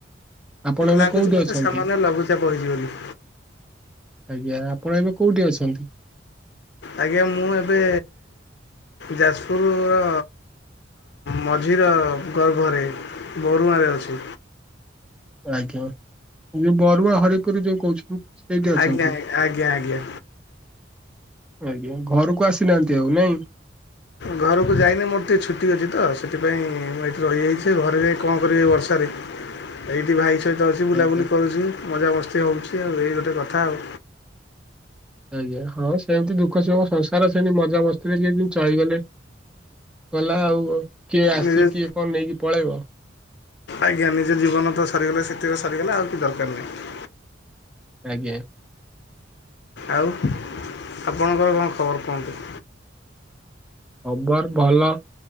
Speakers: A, in the centre; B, on the left.
A: ଆପଣ ଏବେ
B: ଲାଗୁଛି
A: କୋଉଠି
B: ମତେ
A: ଅଛନ୍ତି?
B: ସାମାନ୍ୟ ଲଘୁଚାପ ହେଇଛି ବୋଲି।
A: ଆଜ୍ଞା ଆପଣ ଏବେ କୋଉଠି ଅଛନ୍ତି?
B: ଆଜ୍ଞା ମୁଁ ଏବେ ଯାଜପୁରର ମଝିର ଗର୍ଭରେ ବରୁଆଁରେ ଅଛି।
A: ଆଜ୍ଞା ଯୋଉ ବରୁଆ ହରିପୁର ଯୋଉ <unintelligible> ସେଇଠି ଅଛନ୍ତି।
B: ଆଜ୍ଞା ଆଜ୍ଞା ଆଜ୍ଞା
A: ଆଜ୍ଞା ଘରକୁ ଆସିନାହାନ୍ତି ଆଉ ନାଇଁ?
B: ଘରୁକୁ ଯାଇନି ମୋର ଟିକେ ଛୁଟି ଅଛି ତ ସେଥିପାଇଁ ମୁଁ ଏଠି ରହିଯାଇଚି ଘରେ ଯାଇଁ କଣ କରିବି ବର୍ଷା ରେ। ଏଇଠି ଭାଇ ସହିତ ଅଛି ବୁଲାବୁଲି
A: ଆଜ୍ଞା
B: କରୁଛି ମଜାମସ୍ତି ହଉଚି ଆଉ ଏଇ ଗୋଟେ କଥା ଆଉ।
A: ଆଜ୍ଞା ହଁ ସେମିତି ଦୁଃଖ ସୁଖ ସଂସାର ସେମିତି ମଜାମସ୍ତିରେ କି ଦିନ ଚଳିଗଲେ ଗଲା ଆଉ କିଏ <unintelligible>
B: ନିଜେ
A: କିଏ କଣ ନେଇକି ପଳେଇଵ।
B: ଆଜ୍ଞା ନିଜ ଜୀବନ ତ ସରିଗଲା ସେଥିକ ସାରଗଲା ଆଉ କିଛି ଦରକାର ନାହିଁ।
A: ଆଜ୍ଞା।
B: ଆଉ ଆପଣଙ୍କର କଣ ଖବର କୁହନ୍ତୁ?
A: ଖବର ଭଲ,